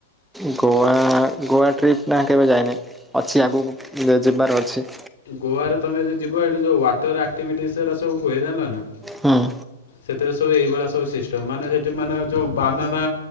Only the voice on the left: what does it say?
ଗୋଆରେ ତମେ ଯଦି ଯିବ ଏଇଠି ଯେଉ ୱାଟର ଆକ୍ଟିଭିଟି ସେଗୁରା ସବୁ ହୁଏ ଜାଣିଲ ନା
ସେଥିରେ ସବୁ ଏଇଭଳିଆ ସବୁ ସିଷ୍ଟମ୍ ମାନେ ସେଠି ମାନେ ଯେଉଁ ବାନାନା